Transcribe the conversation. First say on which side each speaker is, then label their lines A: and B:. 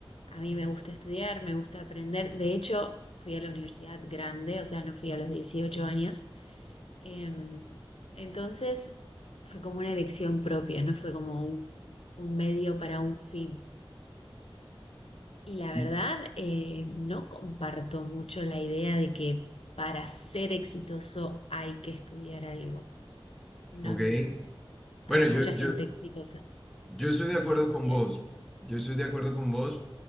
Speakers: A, on the left; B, in the centre.
A: A mí me gusta estudiar, me gusta aprender. De hecho, fui a la universidad grande, o sea, no fui a los 18 años. Em, entonces, fue como una elección propia, no fue como un, un medio para un fin. Y la verdad,
B: Mi-
A: eh, no comparto mucho la idea de que para ser exitoso hay que estudiar algo. No,
B: Ok. Bueno,
A: hay mucha
B: yo,
A: gente
B: yo,
A: exitosa
B: yo estoy de
A: sin
B: acuerdo
A: estudiar.
B: con vos. Yo estoy de acuerdo con vos.